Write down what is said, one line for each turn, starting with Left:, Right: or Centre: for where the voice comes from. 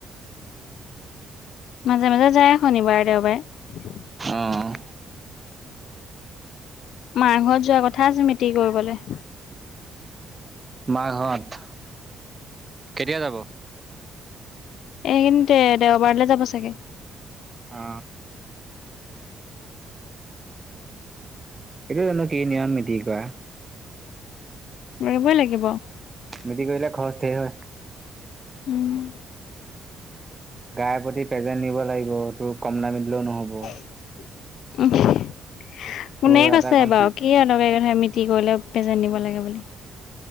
Left: মাজে মাজে যায়, শনিবাৰে, দেওবাৰে।
Right: অ',
Left: মাৰ ঘৰত যোৱা কথা আছে মিতি কৰিবলে।
Right: মা ঘৰত, কেতিয়া যাব?
Left: এইকিদিনতে দেওবাৰলে যাব চাগে।
Right: অঁ। এইটো জানো কি নিয়ম মিটিং কৰা।
Left: কৰিবই লাগিব।
Right: মিটিং কৰিলে খৰচ ধেই হয়।
Left: উম'।
Right: গাই পতি পেজেণ্ট নিব লাগিব, তোৰ কম দামি দিলেও নহ'ব।
Left: <unintelligible> কোনে
Right: তোৰ এটা
Left: কৈছে
Right: কমচে
Left: বাও, কি অদৰকাৰী কথা মিট টি কৰিলে পেজেণ্ট নিব লাগে বুলি।